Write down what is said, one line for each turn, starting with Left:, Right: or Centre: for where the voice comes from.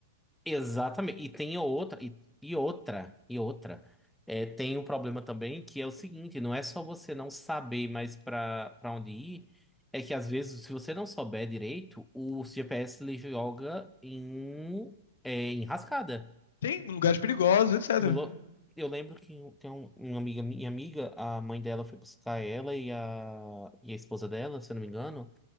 Centre: Exatamente. E tem outra, e, e outra, e outra. É, tem um problema também que é o seguinte, não é só você não saber mais para para onde ir, é que às vezes, se você não souber direito, o GPS ele joga em, é, em rascada.
Left: Tem lugares perigosos, etc.
Centre: Eu, lo- eu lembro que um, tem um- uma amiga, minha amiga, a mãe dela foi buscar ela e a, e a esposa dela, se eu não me engano